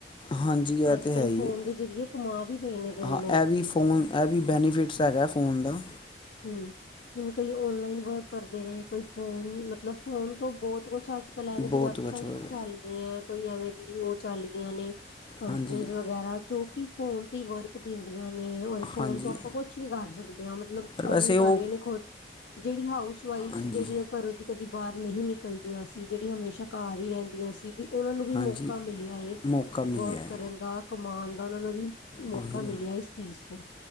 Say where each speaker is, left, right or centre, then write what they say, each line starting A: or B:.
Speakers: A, on the left (about 30°); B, on the left (about 75°).
A: ਹਾਂਜੀ। ਇਹ
B: ਅੱਜ
A: ਤੇ
B: -ਕੱਲ੍ਹ
A: ਹੈ ਹੀ
B: ਫੋਨ
A: ਹੈ।
B: ਦੇ ਜ਼ਰੀਏ ਕਮਾ ਵੀ ਰਹੇ ਨੇ ਕਈ
A: ਹਾਂ
B: ਲੋਕ।
A: ਇਹ ਫੋਨ। ਇਹ ਵੀ ਬੈਨੀਫਿਟਸ ਹੈਗਾ ਫੋਨ ਦਾ।
B: ਹਮ, ਹੁਣ ਕਈ ਔਨਲਾਈਨ ਵਰਕ ਕਰਦੇ ਨੇ ਕੋਈ ਫੋਨ ਮਤਲਬ ਫੋਨ ਤੋਂ ਬਹੁਤ ਕੁਛ ਅੱਜ ਅੱਜ -ਕੱਲ ਐਵੇਂ
A: ਬਹੁਤ
B: ਦੀ ਵੈਬਸਾਈਟ
A: ਕੁਛ ਹੋਰ
B: ਚੱਲ ਗਈਆਂ ਐ। ਕੋਈ ਐਵੇਂ ਦੀ ਉਹ ਚੱਲ ਗਈਆਂ ਨੇ। ਕੰਪਨੀਜ਼
A: ਹਾਂਜੀ
B: ਵਗੈਰਾ ਜੋ ਕਿ ਫੋਨ ਫੋਨ ਤੇ ਵਰਕ ਦਿੰਦੀਆਂ ਨੇ ਔਰ ਫੋਨ
A: ਹਾਂਜੀ
B: ਤੋਂ ਆਪਾਂ ਕੁਛ ਵੀ ਕਰ ਸਕਦੇ ਹਾਂ ਮਤਲਬ।
A: ਪਰ ਵੈਸੇ
B: ਅਰਨ ਕਰ
A: ਉਹ
B: ਰਹੀਆਂ ਨੇ ਖੁਦ, ਜਿਹੜੀ ਹਾਊਸ ਵਾਈਫ਼ਜ
A: ਹਾਂਜੀ
B: ਜਿਹੜੀਆਂ ਘਰੋਂ ਦੀ ਕਦੀ ਬਾਹਰ ਨਹੀਂ ਨਿਕਲਦੀਆਂ ਸੀ। ਜਿਹੜੀ ਹਮੇਸ਼ਾ ਹੀ ਰਹਿੰਦੀਆਂ ਸੀ ਵੀ। ਉਹਨਾਂ ਨੂੰ ਵੀ
A: ਹਾਂਜੀ
B: ਮੌਕਾ ਮਿਲਿਆ ਏ,
A: ਮੌਕਾ ਮਿਲਿਆ
B: ਵਰਕ
A: ਹੈ
B: ਕਰਨ ਦਾ ਕਮਾਉਣ ਦਾ ਉਹਨਾਂ ਨੂੰ ਵੀ। ਮੌਕਾ
A: ਉਹੀ
B: ਮਿਲਿਆ ਇਸ ਚੀਜ਼ ਤੋਂ।